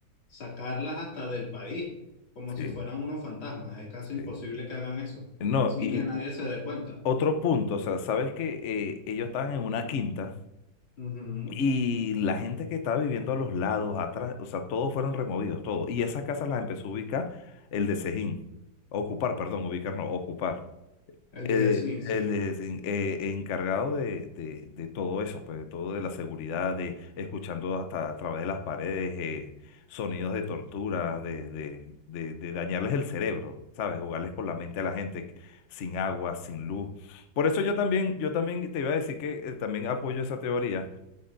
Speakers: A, on the left (about 80°); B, on the left (about 60°).
A: sacarlas hasta del país, como
B: sí,
A: si fueran unos fantasmas. Es casi imposible
B: sí.
A: que hagan eso,
B: No,
A: sin
B: y,
A: que nadie se dé cuenta.
B: Otro punto, o sea, sabes que eh, ellos estaban en una quinta
A: Ujú.
B: y la gente que estaba viviendo a los lados, atrás, o sea, todos fueron removidos, todos. Y esas casas las empezó a ubicar el de Sejín, ocupar, perdón, ubicar no, ocupar
A: El
B: eh,
A: dije sí. sí".
B: el desen- eh, encargado de, de- de todo eso, pues de todo de la seguridad, de escuchando hasta a través de las paredes eh, sonidos de tortura, de, de, de- de dañarles el cerebro, ¿sabes? Jugarles con la mente a la gente que- sin agua, sin luz. Por eso yo también, yo también te iba a decir que eh, también apoyo esa teoría